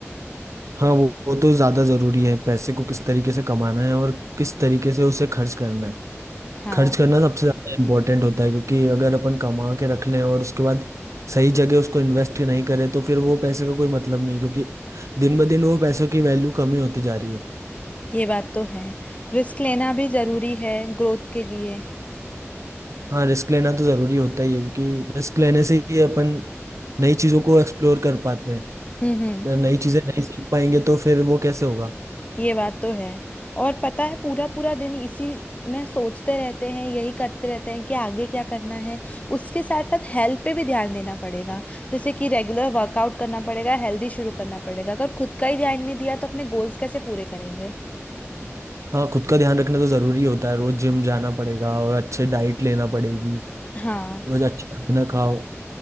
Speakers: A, on the right; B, on the left.
A: हाँ वो, वो तो ज्यादा जरूरी है पैसे को किस तरीके से कमाना है और किस तरीके से उसे खर्च करना है
B: हाँ
A: खर्च करना सबसे ज्यादा इम्पोर्टेंट होता है क्योंकि अगर अपन कमा के रख लें और उसके बाद सही जगह उसको इन्वेस्ट नहीं करें तो फिर वो पैसे का कोई मतलब नहीं है, क्योंकि दिन ब दिन वो पैसों की वैल्यू कमी होती जा रही है
B: ये बात तो है रिस्क लेना भी जरूरी है ग्रोथ के लिए
A: हाँ रिस्क लेना तो जरूरी होता ही है क्योंकि रिस्क लेने से ही अपन नई चीजों को एक्सप्लोर कर पाते हैं
B: हम्म
A: अगर
B: हम्म
A: नई चीजें नहीं सीख पाएंगे तो फिर वो कैसे होगा
B: ये बात तो है और पता है पूरा पूरा दिन इसी में सोचते रहते हैं यही करते रहते हैं कि आगे क्या करना है उसके साथ साथ हेल्थ पे भी ध्यान देना पड़ेगा जैसे कि रेगुलर वर्कआउट करना पड़ेगा हेल्दी शुरू करना पड़ेगा अगर खुद का ही ध्यान नहीं दिया तो अपने गोल्स कैसे पूरे करेंगे
A: हाँ खुद का ध्यान रखना तो जरूरी होता है रोज जिम जाना पड़ेगा और अच्छे डाइट लेना पड़ेगी
B: हाँ
A: रोज अच्छा खाना खाओ